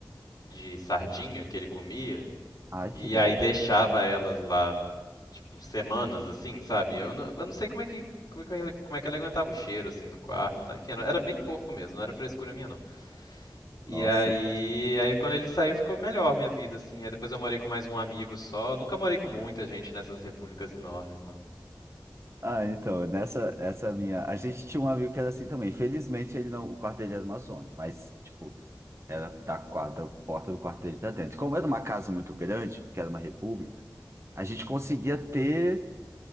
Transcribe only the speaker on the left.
de sardinha que ele comia,
e
aí deixava elas lá tipo, semanas, assim, sabe? Eu não, eu não sei como é que. Como é, que ele, como é que ele aguentava o cheiro, assim, do quarto e tal. Enfim, era, era bem porco mesmo, não era frescura minha, não. E
aí, aí quando ele saiu, ficou melhor minha vida, assim. Aí depois eu morei com mais um amigo só. Nunca morei com muita gente nessas repúblicas enormes, não.